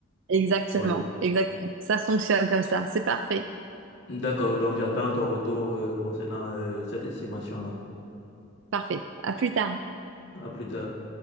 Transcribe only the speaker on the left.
Oui.
D'accord, donc j'attends ton retour euh, concernant euh, cette estimation-là.
À plus tard.